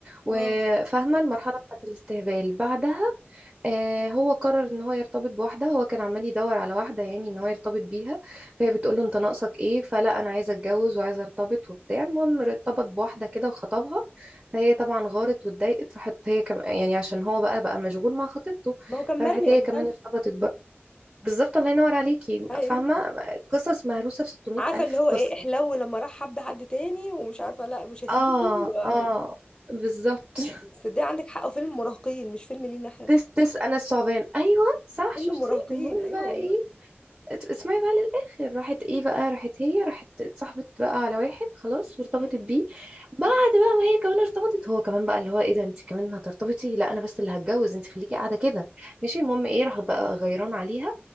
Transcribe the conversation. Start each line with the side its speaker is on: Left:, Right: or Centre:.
Right: وفاهمة
Left: اه
Right: المرحلة بتاعت الاستهبال بعدها آه، هو قرر ان هو يرتبط بواحده هو كان عمال يدور على واحده يعني ان هو يرتبط بيها فهي بتقول له انت ناقصك ايه فلا انا عايزه اتجوز وعايزه ارتبط وبتاع المهم ارتبط بواحده كده وخطبها فهي طبعا غارت واتضايقت راحت هي كم... يعني عشان هو بقى بقى مشغول مع خطيبته
Left: ما هو كان
Right: فراحت
Left: مرمي
Right: هي
Left: قدامها
Right: كمان ارتبطت بقى بالظبط الله ينور عليكي
Left: ايوه
Right: فاهمة قصص مهروسة في 600
Left: عارفه
Right: ألف
Left: اللي هو
Right: قصة
Left: ايه احلو لما راح حب حد تاني ومش عارفه لا مش هسيبه
Right: اه
Left: و-
Right: اه بالظبط <laughs>
Left: بس ده عندك حق فيلم مراهقين مش فيلم لينا احنا
Right: تس تس أنا الثعبان أيوه صح
Left: فيلم
Right: شفتي
Left: مراهقين
Right: المهم
Left: ايوه
Right: بقى
Left: والله
Right: إيه اسمعي بقى للآخر راحت ايه بقى راحت هي راحت اتصاحبت بقى على واحد خلاص وارتبطت
Left: مم.
Right: بيه بعد بقى ما هي كمان ارتبطت هو كمان بقى اللي هو ايه ده انت كمان هترتبطي لا انا بس اللي هتجوز انت خليكي قاعدة كده ماشي المهم ايه راحوا بقى غيران عليها